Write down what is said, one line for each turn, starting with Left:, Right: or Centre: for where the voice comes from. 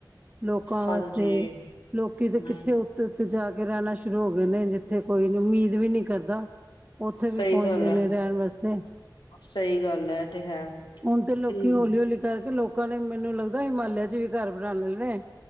Right: ਲੋਕਾਂ
Left: ਹਾਂਜੀ
Right: ਵਾਸਤੇ, ਲੋਕੀ ਤੇ
Left: ਹਮ
Right: ਕਿੱਥੇ ਉੱਤੇ- ਉੱਤੇ ਜਾ ਕੇ ਰੈਣਾ ਸ਼ੁਰੂ ਹੋ ਗਏ ਨੇ, ਜਿੱਥੇ ਕੋਈ ਨੀ ਉਮੀਦ ਵੀ ਨੀ ਕਰਦਾ। ਔਥੇ ਵੀ
Left: ਸਹੀ
Right: ਪੌੰਚ
Left: ਗੱਲ
Right: ਗਏ
Left: ਹੈ
Right: ਨੇ ਰੈਣ ਵਾਸ ਤੇ,
Left: ਸਹੀ ਗੱਲ ਹੈ ਇਹ ਤੇ ਹੈ
Right: ਹੁਣ ਤੇ ਲੋਕੀ
Left: ਹਮ
Right: ਹੌਲੀ-ਹੌਲੀ ਕਰਕੇ ਲੋਕਾਂ ਨੇ ਮੈਨੂੰ ਲੱਗਦਾ ਹਿਮਾਲਿਆ ਚ' ਵੀ ਘਰ ਬਣਾਣ ਲੈਣੇ ਨੇ।